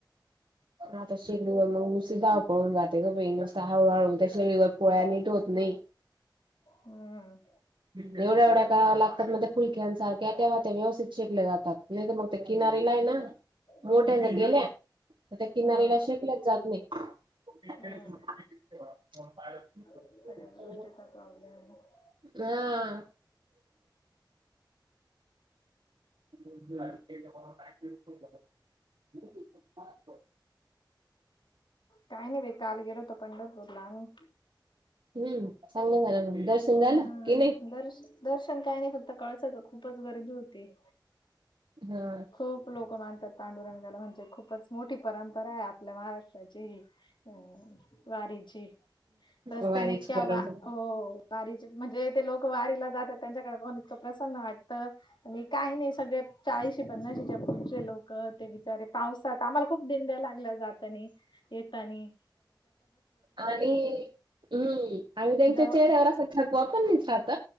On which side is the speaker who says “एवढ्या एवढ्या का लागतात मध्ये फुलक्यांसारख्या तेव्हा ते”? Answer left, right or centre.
Right